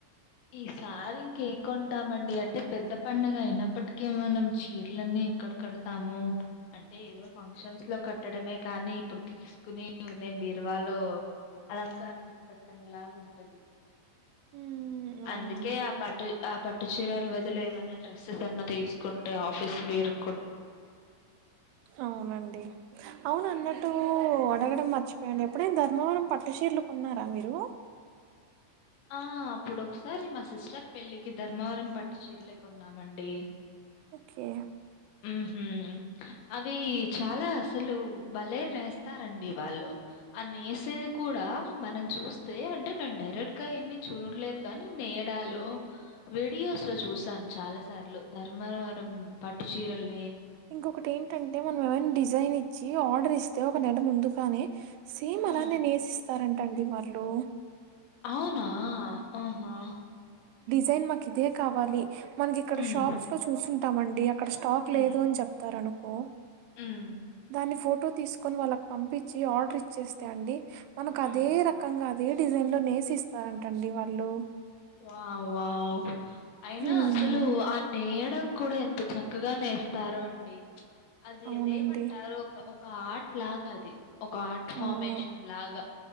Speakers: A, on the left (about 75°); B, on the right (about 85°).
A: ఈసారి ఇంకేం కొంటామండి అంటే పెద్ద పండగ అయినా ఇప్పటికి మనం చీరలన్నీ ఎక్కడ కడతాము అంటే ఏదో ఫంక్షన్స్ లో కట్టడమే కానీ ఇప్పుడు తీసుకునే ఉన్నాయి బీర్వాలో అలంకరణకు పట్టనలాగా ఉంటది
B: ఉమ్
A: అందుకే
B: అవునండి
A: ఆ పట్టు ఆ పట్టు చీరలు బదులేమన్నా డ్రెస్సెస్ అన్న తీస్ కుంటే ఆఫీస్లీరు
B: ఔనండి ఔనన్నట్టూ అడగడం మర్చిప్ <unintelligible> ఎప్పుడైన్ ధర్మవరం పట్టు షీర్లు కొన్నారా మీరూ.
A: ఆ అప్పుడొక్సారి మా సిస్టర్ పెళ్ళికి ధర్మవరం పట్టు చీర్లే కొన్నామండీ.
B: ఒకే.
A: ఉ హు అవి చాలా అసలు బలే నేస్తారండి వాళ్ళు అనె సేది కూడా మనం చూస్తే అంటే నేను డైరెక్ట్గా ఏమీ చూడలేదు కానీ నేయడాలు వీడియోస్ లో చూసాను చాలా సార్లు ధర్మవరం పట్టు చీరల్
B: ఇంకొకటి ఏంటంటె మనం ఏమైన డిజైన్ ఇ చ్చి ఆర్డరిస్తే ఒక నెల ముందుకానే సేమ్
A: హ్మ్.
B: అలానే నెసిస్తారన్ టండి మర్లూ
A: ఔనా ఆహా.
B: జైన్ మాకిదే కావాలి మనకిక్కడ
A: హ్మ్.
B: షాప్స్ లొ చూసుంటామండి అ అక్కడ స్టాక్
A: హ్మ్.
B: లేదు అని చెప్తారనుకో
A: హ్మ్.
B: దాన్ని ఫోటో తీస్కొన్ వాళ్ళక్ పంపి చ్చి ఆడ్రిచ్చేస్తే అండి మనకదే
A: హ్మ్.
B: రకంగ అదే డిజైన్లొ నేసి ఇస్తారన్ టండి వాళ్ళూ.
A: వావ్ వావ్ ఐనా
B: హ్మ్
A: అసలూ ఆ నేయడం కూడా ఎంత చక్కగా నేస్తారో అండి చ్ అది
B: అవునండి
A: అదేమంటారు ఒక ఒక ఆట్ ట్లాగది ఒక ఆట్ ఫామేషన్
B: అవును
A: లాగ.